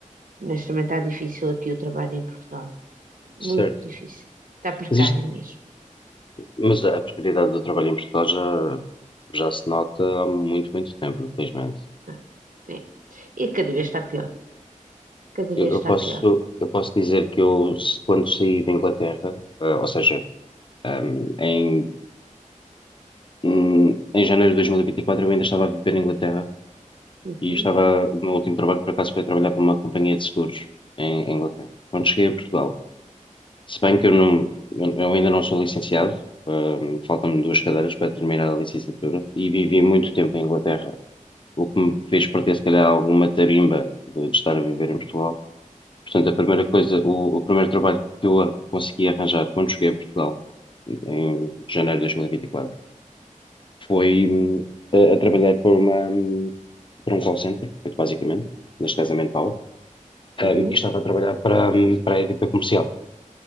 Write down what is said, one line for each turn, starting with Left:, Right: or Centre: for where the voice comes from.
Right: mas também está difícil aqui o trabalho em Portugal. Muito
Left: certo.
Right: difícil. Está precário
Left: Mas isto,
Right: mesmo.
Left: mas a precariedade do trabalho em Portugal já, já se nota há muito, muito tempo, infelizmente.
Right: Ah, é. E cada vez está pior. Cada
Left: Eu,
Right: vez
Left: eu
Right: está
Left: posso,
Right: pior.
Left: eu posso dizer que eu, se- quando saí da Inglaterra, eh, ou seja, hum, em, hum, em janeiro de dois mil e e vinte e quatro eu ainda estava a viver na Inglaterra
Right: Uhum,
Left: e estava, o meu último trabalho por acaso foi trabalhar para uma companhia de seguros em, em Inglaterra. Quando cheguei a Portugal, se bem que eu não, eu eu ainda não sou licenciado, hum, faltam-me duas cadeiras para terminar a licenciatura e vivi muito
Right: uhum,
Left: tempo em Inglaterra, o que me fez perder se calhar alguma tarimba de, de estar a viver em Portugal. Portanto, a primeira coisa, o, o primeiro trabalho que eu a- consegui arranjar quando cheguei a Portugal, em janeiro de 2024, foi hum, a, a trabalhar para uma, hum, para um call center, muito basicamente, neste caso a Manpower.
Right: uhum.
Left: um, e estava a trabalhar para, um, para a EDP Comercial.